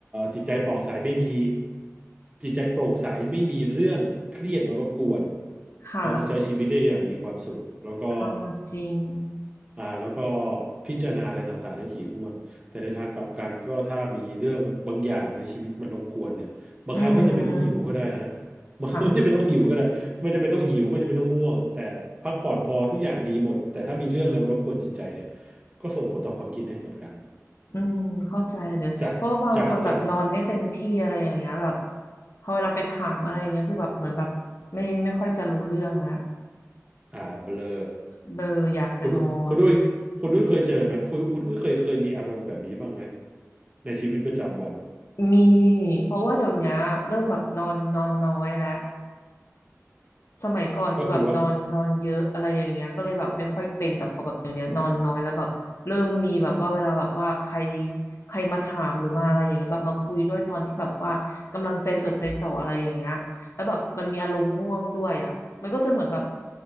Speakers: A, on the right; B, on the left.
A: จิตใจป่องใสไม่มีจิตใจโปร่งใสไม่มีเรื่องเครียดมารบกวน
B: ค่ะ
A: เราจะใช้ชีวิตได้อย่างมีความสุขแล้วก็
B: อ่าจริง
A: อ่าแล้วก็พิจารณาอะไรต่างๆได้ถี่ถ้วนแต่ในทางกลับกันก็ถ้ามีเรื่องบางอย่างในชีวิตมันรบกวนเนี่ยบางครั้งไม่จำเป็นต้องหิวก็ได้ฮะ
B: อืม
A: <laughs> มันไม่จำเป็นต้องหิวก็ได้ไม่จำเป็นต้องหิวไม่จำเป็นต้องง่วงแต่พักผ่อนพอทุกอย่างดีหมดแต่ถ้ามีเรื่องอะไรมารบกวนจิตใจเนี่ย
B: ค่ะ
A: ก็ส่งผลต่อความคิดได้เหมือนกัน
B: อืมเข้าใจเลยเพราะว่าบางคนแบบนอนไม่เต็มที่อะไรอย่างเงี้ยแบบ
A: จากจากจาก
B: พอเวลาไปถามอะไรอย่างเงี้ยคือแบบเหมือนแบบไม่ไม่ค่อยจะรู้เรื่องแลว
A: อ่าเบลอ
B: เบลออยากจะนอน
A: คุณคุณด้วยคุณด้วยเคยเจอไหมคุณคุณด้วยเคยเคยมีอารมณ์แบบนี้บ้างไหมในชีวิตประจำวัน
B: มีเพราะว่าเดี๋ยวเนี้ยเริ่มแบบนอนนอนน้อยแล้ว สมัยก่อนคือแบบนอนนอนเยอะอะไรอย่างเงี้ยก็เลยแบบไม่ค่อยเป็นแต่พอแบบเดี๋ยวเนี้ยนอนน้อยแล้วแบบเริ่มมีแบบว่าเวลาแบบว่าใคร
A: ก็คือว่า
B: ใครมาถามหรือมาอะไรอย่างเงี้ยแบบมาคุยด้วยตอนที่แบบว่ากำลังใจจดใจจ่ออะไรอย่างเงี้ยแล้วแบบมันมีอารมณ์ง่วงด้วยอ่ะมันก็จะเหมือนแบบ